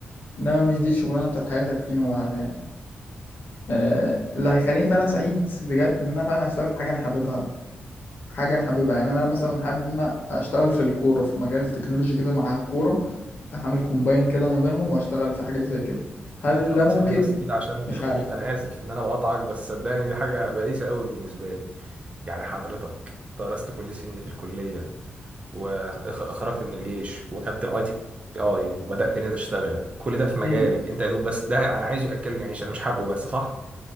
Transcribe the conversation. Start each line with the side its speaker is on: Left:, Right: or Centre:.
Left: انما مش دي الشغلانه بتاعت حياتك فيما بعد يعني آه، اللي هيخليني فعلا سعيد بجد ان انا فعلا اشتغل في حاجه انا حاببها حاجة أنا حاببها يعني أنا مثلا حابب إن أنا أشتغل في الكورة في مجال تكنولوجي كده مع الكورة أعمل كومباين كده ما بينهم وأشتغل في حاجة زي كده هل
Right: يا عم ثو-
Left: ده ممكن؟
Right: ثواني بس كده عشان
Left: مش
Right: الخطوط
Left: عارف
Right: انا اسف ان انا بقطعك بس صدقني دي حاجه بائسه قوي بالنسبه لي يعني حضرتك درست كل السنين دي في الكليه وخرجت من الجيش وخدت الاي تي اي وبدات هنا تشتغل كل ده في مجال
Left: مم.
Right: انت يا دوب بس ده انا عايز ياكلني عيش انا مش حابه بس صح